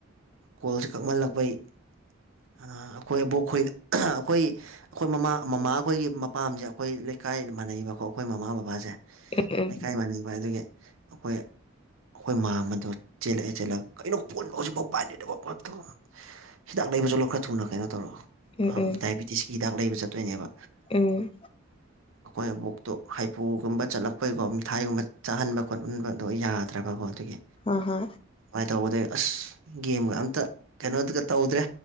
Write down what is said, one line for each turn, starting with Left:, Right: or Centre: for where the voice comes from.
Right: ꯀꯦꯜꯁꯦ ꯀꯛꯃꯜꯂꯛꯄꯩ ꯑꯥ ꯑꯩꯈꯣꯏ ꯑꯕꯣꯛꯈꯣꯏ <unintelligible> ꯑꯩꯈꯣꯏ ꯑꯩꯈꯣꯏ ꯃꯃꯥ ꯃꯃꯥꯈꯣꯏꯒꯤ ꯃꯄꯥꯝꯁꯦ ꯑꯩꯈꯣꯏ ꯂꯩꯀꯥꯏ ꯃꯥꯟꯅꯩꯕꯀꯣ ꯑꯩꯈꯣꯏ ꯃꯃꯥ ꯕꯕꯥꯁꯦ
Left: ꯎꯝ
Right: ꯂꯩꯀꯥꯏ
Left: ꯎꯝ
Right: ꯃꯥꯟꯅꯕ ꯑꯗꯨꯒꯤ ꯑꯩꯈꯣꯏ ꯑꯩꯈꯣꯏ ꯃꯥꯝꯃꯗꯣ ꯆꯦꯜꯂꯛꯑꯦ ꯆꯦꯜꯂꯒ ꯀꯩꯅꯣ ꯐꯣꯟꯕꯣ ꯍꯧꯖꯤꯛꯐꯥꯎ ꯄꯥꯏꯗ꯭ꯔꯤꯗꯨꯕꯣ ꯈꯣꯠꯇꯨꯕꯣ ꯍꯤꯗꯥꯛ ꯂꯩꯕ ꯆꯠꯂꯣ ꯈꯔ ꯊꯨꯅ ꯀꯩꯅꯣ ꯇꯧꯔꯒ
Left: ꯎꯝ ꯎꯝ
Right: ꯗꯥꯏꯕꯤꯇꯤꯁꯀꯤ ꯍꯤꯗꯥꯛ ꯂꯩꯕ ꯆꯠꯇꯣꯏꯅꯦꯕ
Left: ꯎꯝ
Right: ꯑꯩꯈꯣꯏ ꯑꯕꯨꯛꯇꯣ ꯍꯥꯏꯐꯨꯒꯨꯝꯕ ꯆꯠꯂꯛꯄꯩꯀꯣ ꯃꯤꯊꯥꯏꯒꯨꯝꯕ ꯆꯥꯍꯟꯕ ꯈꯣꯠꯍꯟꯕꯗꯣ ꯌꯥ ꯇ꯭ꯔꯒꯀꯣ ꯑꯗꯨꯒꯤ
Left: ꯍ ꯍ
Right: ꯑꯗꯨꯃꯥꯏꯅ ꯇꯧꯕꯗ ꯑꯁ ꯒꯦꯝꯒ ꯑꯝꯇ ꯀꯩꯅꯣꯗꯨꯒ ꯇꯧꯗ꯭ꯔꯦ